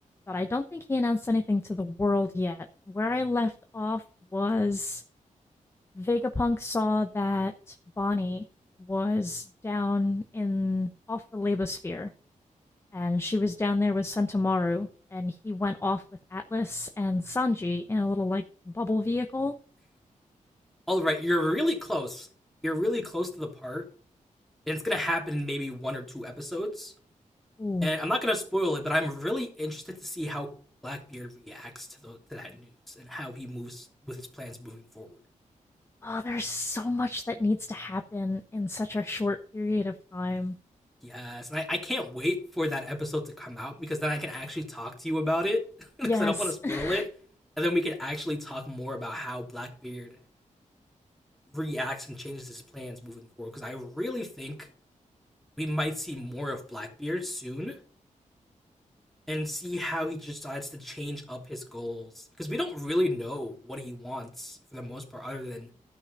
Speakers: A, on the left; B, in the centre.
A: But I don't think he announced anything to the world yet. Where I left off was Vegapunk saw that Bonnie was down in off the labosphere and she was down there with Sentamaru, and he went off with Atlas and Sanji in a little like bubble vehicle.
B: All right, you're really close. You're really close to the part, and it's gonna happen in maybe one or two episodes.
A: Ooh.
B: And I'm not gonna spoil it, but I'm really interested to see how Blackbeard reacts to the to that news and how he moves with his plans moving forward.
A: Oh, there's so much that needs to happen in such a short period of time.
B: Yes, and I, I can't wait for that episode to come out because then I can actually talk to you about it <laughs> because
A: Yes.
B: I don't want to spoil
A: <laughs>
B: it, and then we can actually talk more about how Blackbeard reacts and changes his plans moving forward because I really think we might see more of Blackbeard soon and see how he decides to change up his goals because we don't really know what he wants for the most part other than